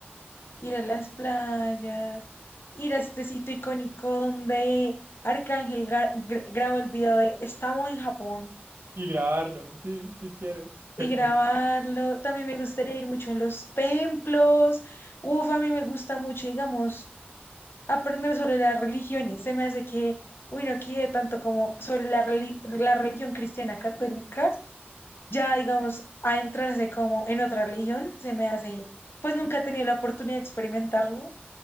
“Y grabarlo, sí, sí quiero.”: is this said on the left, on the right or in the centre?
Right